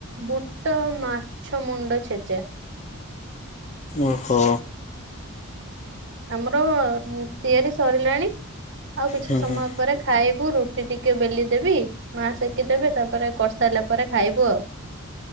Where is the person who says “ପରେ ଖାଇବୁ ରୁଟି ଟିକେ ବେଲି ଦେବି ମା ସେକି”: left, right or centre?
Right